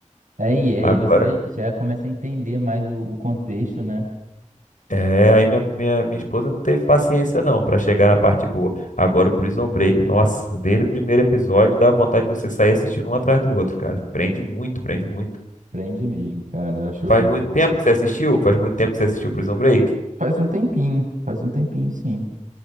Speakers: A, on the right (about 80°); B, on the left (about 80°).
A: É, e aí
B: Agora,
A: você vai, já começa a entender mais o, o contexto, né?
B: é, aí minha, minha, minha esposa não teve paciência não pra chegar na parte boa. Agora o Prison Break, nossa, desde o primeiro episódio dá vontade de você sair assistindo um atrás do outro, cara. Prende muito, prende muito.
A: Prende mesmo, cara, eu achei
B: Faz
A: muito
B: muito
A: massa.
B: tempo que você assistiu? Faz muito tempo que você assistiu Prison Break?
A: Faz um tempinho, faz um tempinho, sim.